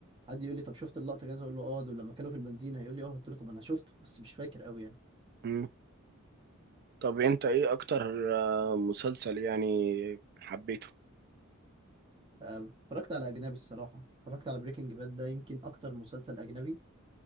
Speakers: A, on the right; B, on the right.
A: حد يقول لي طب شفت اللقطه كذا اقول له اه دول لما كانوا في البنزينه هيقول لي اه قلت له طب انا شفته بس مش فاكر قوي يعني
B: مم. طب انت ايه اكتر آه، مسلسل يعني حبيته
A: آه، اتفرجت على أجنبي الصراحة اتفرجت على بريكنج باد ده يمكن أكتر مسلسل أجنبي